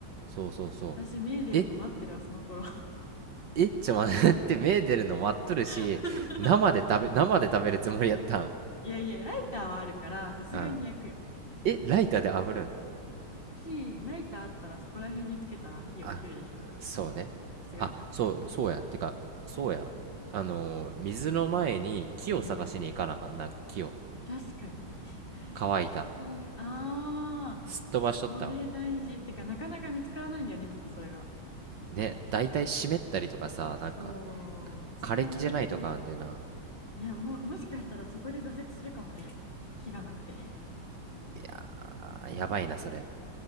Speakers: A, on the right; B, on the left.
A: そうそうそう。
B: 私、目出るの待ってるわ、
A: え、
B: その頃。
A: え、ちょ、待って、<laughs> 目出るの待っとるし、
B: <laughs>
A: 生で食べ、生で食べるつもりやったん。
B: いやいや、ライターはあるから、さすがに焼くよ。
A: うん。え、ライターで炙るん
B: 火、ライターあったらそこら辺につけたら火起きるでしょ。
A: あ、そうね。
B: さすがに。
A: あ、そう、そうや。てか、そうや。あのー水の前に木を探しに行かなあかんな、
B: うん。
A: 木を。
B: 確かに。<laughs>
A: 乾いた。
B: 火、ああ、
A: すっ飛ばしとったわ。
B: それ大事。てか、なかなか見つからないんだよね、きっとそれが。
A: ね、だいたい湿ったりとかさ、
B: そう、
A: なんか、
B: 使えない気。
A: 枯れ木じゃないとかあんでな。
B: いや、も、もしかしたらそこで挫折するかもね。気がなくて。
A: あーやばいな、それ。